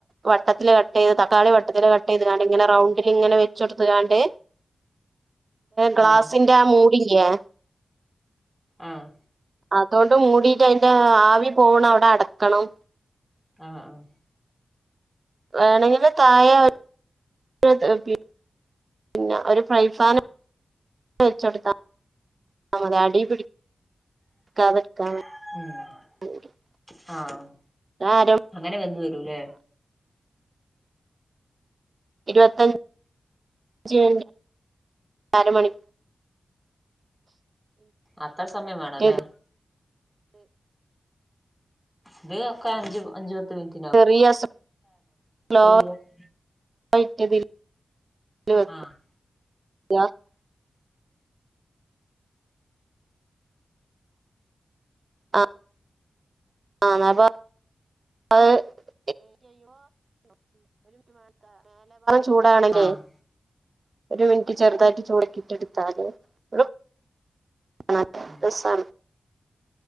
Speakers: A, on the right (about 55°); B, in the centre.
A: വട്ടത്തിൽ കട്ട് ചെയ്ത് തക്കാളി വട്ടത്തില് കട്ട്. ട്ട് ചെയ്ത്കാണ്ട് ഇങ്ങനെ റൗണ്ടിൽ ഇങ്ങനെ വെച് കൊട്ത്ത്കാണ്ട് ഗ്ലാസിന്റെ
B: ആഹ്
A: ആ മൂടില്ലേ?
B: ആഹ്
A: അതോണ്ട് മൂടീട്ട് അതിന്റെ ആവി പോവ്ണ അവ്ടെ അടക്കണം.
B: ആഹ് ആഹ്
A: വേണെങ്കിൽ താഴെ <inaudible> പിന്നെ ഒര് ഫ്രൈപാൻ വെച് കൊട്ത്താ. മതി അടീപിടിക്കാതെ നിക്കാൻ
B: മം
A: ആഹ്
B: ആഹ്
A: <unintelligible>
B: അങ്ങനെ വെന്ത് വരൂലേ?
A: ഇരുപത്തഞ്ച് അരമണി.
B: അത്ര സമയം വേണല്ലേ.
A: മിനിറ്റ്
B: ഇത് ഒക്കെ അഞ്ച് അഞ്ച് പത്ത് മിനിറ്റ്
A: <unintelligible>
B: ഉള്ളിയൊക്കെ
A: <unintelligible>
B: ആഹ്
A: ആ ആ ന്നാ പ്പ <unintelligible> ചൂടാവനണെങ്കിൽ
B: ആഹ്
A: ഒരു മിനിറ്റ് ചെറുതായിട്ട് ചൂടാക്കീട്ട് എടുത്താല് <unintelligible>
B: മം
A: സാ